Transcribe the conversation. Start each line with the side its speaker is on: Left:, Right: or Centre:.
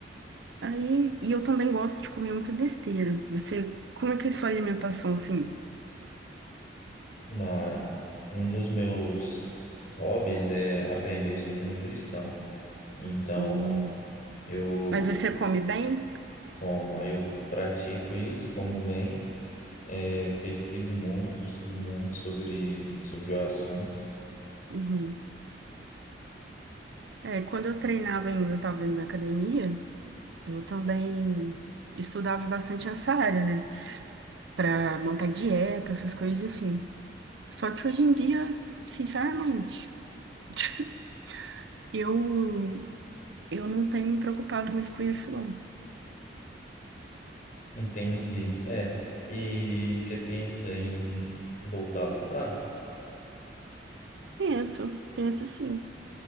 Right: aí, e eu também gosto de comer muita besteira. Você, como é que é a sua alimentação assim?
Left: na, um dos meus hobbies é aprender sobre nutrição. Então,
Right: Hum,
Left: eu
Right: mas você come bem?
Left: como, aí eu pratico isso, como bem, É, pesquiso muito, estudo muito sobre, sobre o assunto.
Right: Hum. É, quando eu treinava ainda, eu tava indo na academia, eu também estudava bastante essa área, né? Pra montar dieta, essas coisas assim. Só que hoje em dia, sinceramente, <laughs> eu, eu não tenho me preocupado muito com isso, não.
Left: Entendi. É, e você pensa em voltar a lutar?
Right: Penso, penso sim.